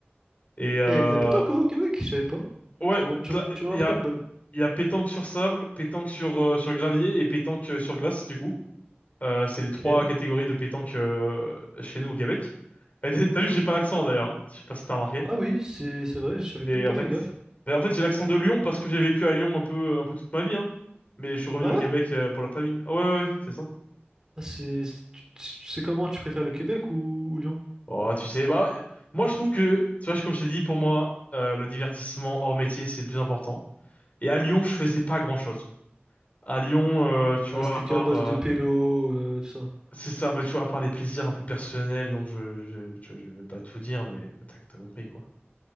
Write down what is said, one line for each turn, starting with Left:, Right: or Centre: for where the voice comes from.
Left: Et, euh,
Right: Ah, il y a de la pétanque hein, au Québec, je savais pas.
Left: ouais,
Right: Tu m'en
Left: de
Right: tu-
Left: la-
Right: tu m'en
Left: il
Right: apprends
Left: y a,
Right: une bonne.
Left: il y a pétanque sur sable, pétanque sur, euh, sur gravier et pétanque euh, sur glace, du coup. Euh, c'est les
Right: Ok.
Left: trois catégories de pétanque euh, chez nous au Québec. Et T'as t'as vu, j'ai pas l'accent d'ailleurs. hein. Je sais pas si t'as remarqué.
Right: Ah, oui, c'est c'est vrai, j'avais
Left: C'est
Right: même pas
Left: en fait,
Right: fait gaffe.
Left: mais en fait, j'ai l'accent de Lyon parce que j'ai vécu à Lyon un peu, un peu toute ma vie, hein. Mais je suis revenu
Right: Ah,
Left: au Québec
Right: ouais?
Left: euh, pour la famille. Ah Ouais, ouais, ouais, c'est ça.
Right: Ah, c'est, c'est- tu tu sais comment tu préfères le Québec ou, ou Lyon?
Left: Oh, tu sais, bah, euh, moi, je trouve que, tu vois, je- comme je t'ai dit, pour moi, euh, le divertissement hors métier, c'est le plus important. Et à Lyon, je faisais pas grand-chose. À Lyon, euh, tu vois,
Right: Ah, c'était
Left: à part,
Right: qu'à base
Left: euh,
Right: de pélo, euh, tout ça.
Left: c'est ça, bah, tu vois, à part les plaisirs un peu personnels, donc je, je, je, je vais pas tout dire, mais bah, t'as, t'as compris, quoi.